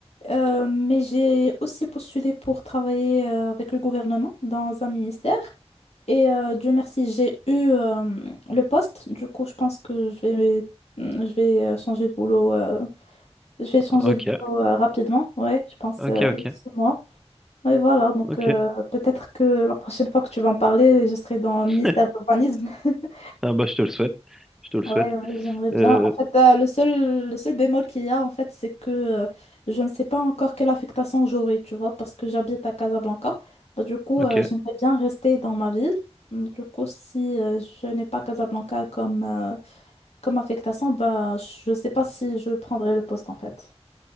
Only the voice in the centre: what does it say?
Ok,
ok,
ok,
ok.
<laughs>
Ah bah, je te le souhaite, je te le
souhaite.
Euh,
ok,